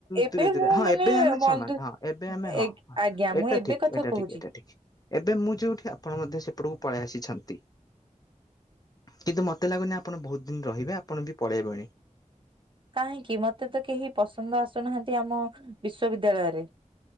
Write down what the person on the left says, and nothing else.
ଦୂରେ ଦୂରେ
ହଁ
ଏବେ ଆମେ
ସମାନ ହଁ ଏବେ ଆମେ ହଁ
ହଁ
ଏଟା
ଠିକ
ଏଟା
ଠିକ ଏଟା ଠିକ। ଏବେ ମୁଁ ଯୋଉଠି ଆପଣ ମଧ୍ୟ ସେପଟକୁ ପଳେଇ ଆସିଛନ୍ତି। କିନ୍ତୁ ମତେ ଲାଗୁନି ଆପଣ ବହୁତ ଦିନ ରହିବେ ଆପଣ ବି ପଳେଇବଣି